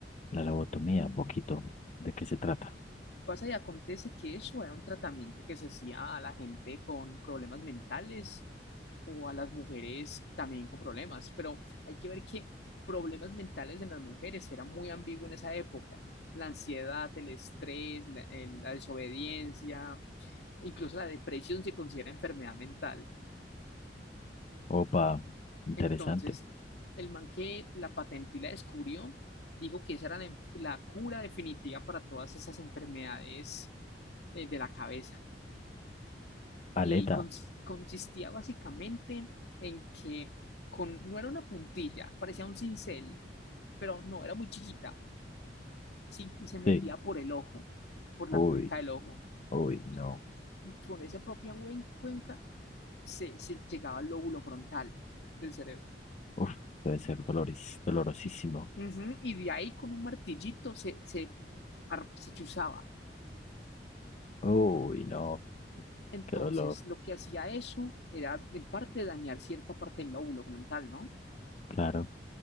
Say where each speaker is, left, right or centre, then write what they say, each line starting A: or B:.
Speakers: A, on the left; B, on the left.
A: La lobotomía, un poquito. ¿De qué se trata?
B: Pasa y acontece que eso era un tratamiento que se hacía a la gente con problemas mentales o a las mujeres también con problemas, pero hay que ver que problemas mentales en las mujeres era muy ambiguo en esa época. La ansiedad, el estrés, la, el- la desobediencia, incluso la depresión se considera enfermedad mental.
A: Opa, interesante.
B: Entonces, el man que la patentó y la descubrió, dijo que esa era la, la cura definitiva para todas esas enfermedades eh, de la cabeza.
A: Aleta,
B: y cons- consistía básicamente en que con, no era una puntilla, parecía un cincel, pero no, era muy chiquita, sí, que se metía
A: sí.
B: por el ojo, por la
A: Uy,
B: cuenca del ojo,
A: uy,
B: y,
A: no.
B: y por esa propia huen- cuenca se, se llegaba al lóbulo frontal del cerebro.
A: Uf, debe ser doloris, dolorosísimo.
B: Y, ujú, y de ahí con un martillito se, se, ar- se chuzaba.
A: Uy, no,
B: Entonces,
A: qué dolor.
B: lo que hacía eso era, en parte, dañar cierta parte del lóbulo frontal, ¿no?
A: Claro,